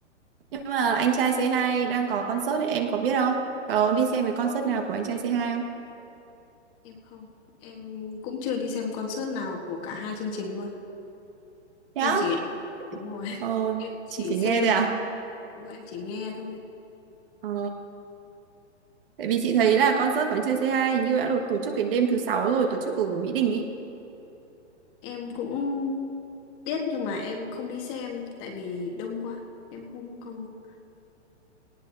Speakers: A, on the right (about 50°); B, on the left (about 30°).
A: nhưng mà anh trai Say Hi đang có concert đấy em có biết không có đi xem cái concert nào của anh trai Say Hi không
B: em không em cũng chưa đi xem concert nào của cả hai chương trình luôn
A: Dạ
B: em chỉ đúng rồi <laughs>
A: Ờ,
B: em chỉ
A: chị chỉ
B: xem
A: nghe thôi à
B: đúng rồi em chỉ nghe thôi
A: Ờ Tại vì chị thấy là concert của anh trai c hai hình như đã được tổ chức đến đêm thứ sáu rồi, tổ chức ở Mỹ Đình ý.
B: em cũng biết nhưng mà em không đi xem tại vì đông quá em không không